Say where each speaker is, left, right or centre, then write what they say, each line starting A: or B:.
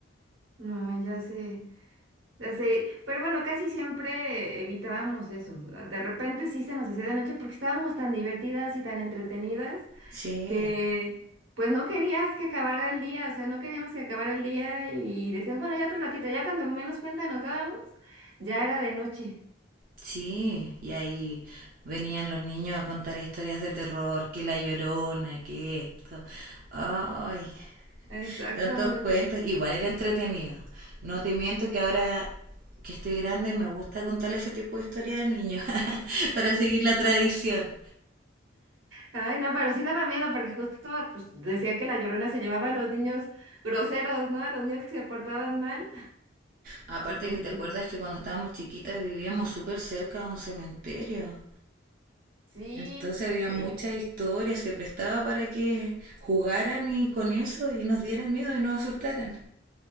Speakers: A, on the right (about 75°); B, on the right (about 45°).
A: No, ya sé, ya sé. Pero bueno, casi siempre evitábamos eso. De repente sí se nos hacía de noche porque estábamos tan divertidas y tan entretenidas
B: Sí,
A: que pues no querías que acabara el día, o sea, no queríamos que acabara el día y decíamos, bueno, ya otro ratito, ya cuando menos cuenta nos dábamos, ya era de noche.
B: sí. Y ahí venían los niños a contar historias de terror, que la llorona, que esto. Ay,
A: Exactamente.
B: tantos cuentos, igual era entretenido. No te miento que ahora que estoy grande me gusta contar ese tipo de historias a niños <laughs> para seguir la tradición.
A: Ay, no, pero sí daba miedo porque justo pues, decía que la Llorona se llevaba a los niños groseros, ¿no? A los niños que se portaban mal.
B: Aparte
A: Y pues
B: que te
A: sí.
B: acuerdas que cuando estábamos chiquitas vivíamos súper cerca de un cementerio.
A: Sí.
B: Entonces había
A: eh,
B: muchas historias, se prestaba para que jugaran y con eso y nos dieran miedo y nos asustaran.